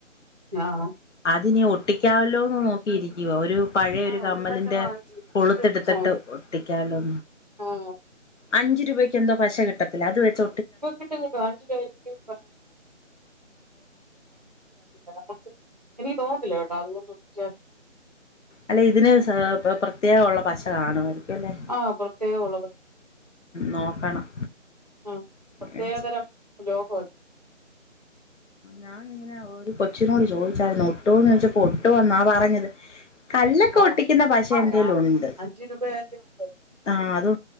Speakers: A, on the right; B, on the left.
A: ആഹ്
B: അത് ഇനി ഒട്ടിക്കാവല്ലോന്ന് നോക്കിയിരിക്കുവ ഒരു പഴയൊരു
A: ആഹ്
B: കമ്മലിന്റെ
A: ഒരു പശ വാങ്ങിച്ച്
B: കുളുത്തിടുത്തിട്ട്
A: അത് ഒട്ടിച്ചാ മതി
B: ഒട്ടിക്കാലോന്ന
A: ആഹ്
B: അഞ്ച് രൂപയ്ക്കന്തോ പശ കിട്ടത്തില്ല അത് വെച്ച
A: ഇപ്പൊ കിട്ടും കിട്ടും അഞ്ചുപക്ക <unintelligible> എനിക്ക് തോന്നുന്നല്ല കേട്ടോ അതുകൊണ്ട് ഒിച്ച
B: അല്ലെ ഇതിന് പ്രത്യേക ഉള്ള പശ കാണുമായിരിക്കും അല്ലെ
A: ആഹ് പ്രത്യേകേ ഉള്ളൂ
B: നോക്കണം
A: ഉം പ്രത്യേകതരം
B: മേടിച്ച്
A: ലോകല്ലേ
B: ഞാാനിങ്ങനെ ഒരു കൊച്ചിനോട് ചോദിച്ചായിരുന്നു ഒട്ടുന്ന് ചോദിച്ചപ്പോ ഒട്ടുവന്നാ പറഞ്ഞത് കല്ലൊക്കെ
A: ആണോ
B: ഒട്ടിക്കുന്ന പശ
A: ആഹ്
B: എന്റെലുംണ്ട്
A: ആഹ് അഞ്ച് രൂപയല്ലേ ഉള്ളൂ
B: ആഹ് അത്